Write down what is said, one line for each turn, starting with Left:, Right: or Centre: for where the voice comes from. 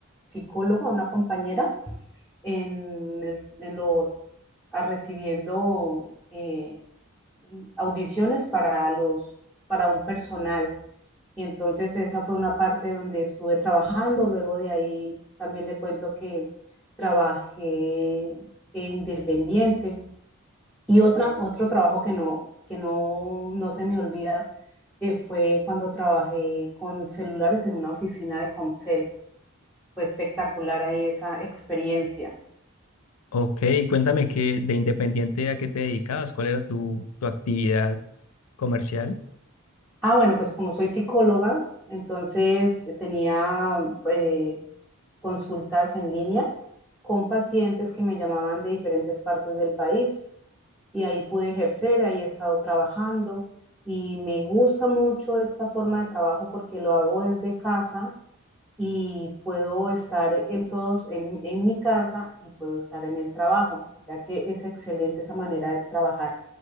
Centre: psicóloga, a una compañera, en, el- en lo, a recibiendo eh, audiciones para los, para un personal y entonces esa fue una parte donde estuve trabajando. Luego de ahí también le cuento que trabajé eh, independiente. Y otra, otro trabajo que no, que no, no se me olvida eh, fue cuando trabajé con celulares en una oficina de Comcel. Fue espectacular ahí esa experiencia.
Left: Ok, cuéntame que de independiente a qué te dedicabas, cuál era tu, tu actividad comercial.
Centre: Ah, bueno, pues como soy psicóloga, entonces eh, tenía eh, consultas en línea con pacientes que me llamaban de diferentes partes del país y ahí pude ejercer, ahí he estado trabajando y me gusta mucho esta forma de trabajo porque lo hago desde casa y puedo estar en todos, en, en mi casa y puedo estar en el trabajo. O sea que es excelente esa manera de trabajar.